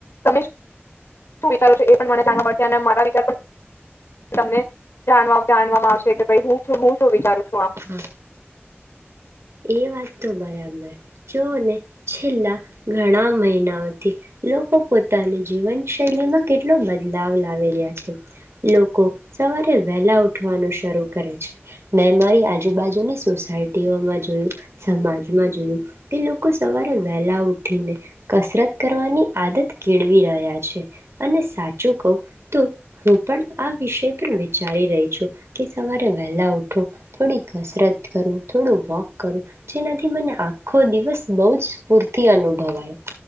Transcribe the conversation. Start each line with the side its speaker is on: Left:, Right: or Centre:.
Left: તમે શું વીચારો છો એ પણ મને જાણવા મળશે અને મારા વિચાર પણ તમને જાણવા જાણવામાં આવશે છે કે ભઈ હું છું હું શું વિચારું છું આમ
Right: હા એ વાત તો બરાબર જોને છેલ્લા ઘણા મહિનાઓથી લોકો પોતાની જીવન શૈલીમાં કેટલો બદલાવ લાવી રહ્યા છે લોકો સવારે વહેલા ઉઠવાનું શરૂ કરે છે મે મારી આજુબાજુની સોસાયટીઓમાં જ જોયુ સમાજમાં જોયું કે લોકો સવારે વહેલા ઉઠીને કસરત કરવાની આદત કેળવી રહ્યા છે અને સા ચૂ કવ તો હું પણ આ વિષય પર વિચારી રહી છું કે સવારે વહેલા ઉઠું થોડી કસરત કરું થોડું વોક કરું જેનાથી મને આખો દિવસ બહ જ સ્ફૂર્તિ અનુભવાય